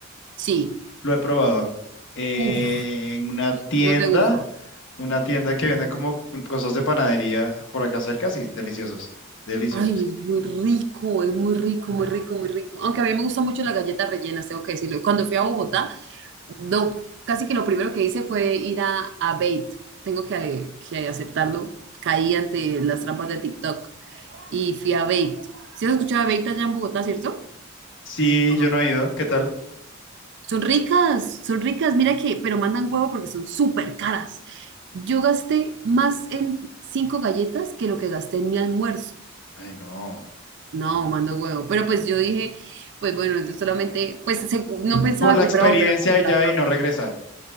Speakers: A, on the right; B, on the left.
A: Sí,
B: Lo he probado. eh,
A: uff,
B: en una tienda,
A: no te gusta.
B: una tienda que vende como cosas de panadería por acá cerca, sí, deliciosos. Deliciosos.
A: Ay, es muy rico, es muy rico, muy rico, muy rico. Aunque a mí me gusta mucho las galletas rellenas, tengo que decirlo. Cuando fui a Bogotá, no, casi que lo primero que hice fue ir a, a Bait. Tengo que, que aceptarlo. Caí ante las trampas de TikTok y fui a Bait. ¿Sí has escuchado de Bait allá en Bogotá, cierto?
B: Sí,
A: ¿O
B: yo
A: no?
B: no he ido. ¿Qué tal?
A: Son ricas, son ricas, mira que, pero mandan huevo porque son súper caras. Yo gasté más en cinco galletas que lo que gasté en mi almuerzo.
B: Ay, no.
A: No, mando huevo. Pero pues yo dije, pues bueno, yo solamente, pues se- no pensaba
B: Por la
A: que
B: experiencia
A: fuera a volver a aceptar.
B: ya y no regresar.